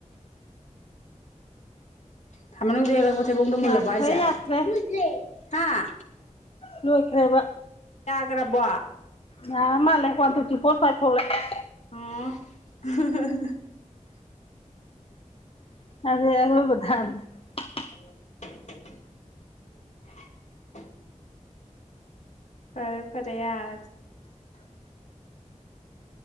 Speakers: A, on the left; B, on the left.
A: ꯊꯥ ꯃꯅꯨꯡꯗ ꯊꯩꯕꫭꯡꯗꯣ
B: ꯌꯥꯈ꯭ꯔꯦ
A: ꯃꯨꯜꯂꯕꫭ ꯍꯥꯏꯁꯦ
B: ꯌꯥꯈ꯭ꯔꯦ
A: ꯍꯥꯥ
B: ꯂꯣꯏꯈ꯭ꯔꯦꯕ
A: ꯂꯣꯏꯈ꯭ꯔꯕꯣ
B: ꯌꯥꯔ ꯃꯥꯜꯂꯦ ꯋꯥꯟ ꯇꯨ ꯇ꯭ꯋꯤ ꯐꯣꯔ ꯐꯥꯏꯠ ꯊꯣꯛꯂꯛ ꯑꯦ
A: ꯑ
B: <inaudible>
A: <inaudible> ꯐꯔꯦ ꯐꯔꯦ ꯌꯥꯔꯗꯤ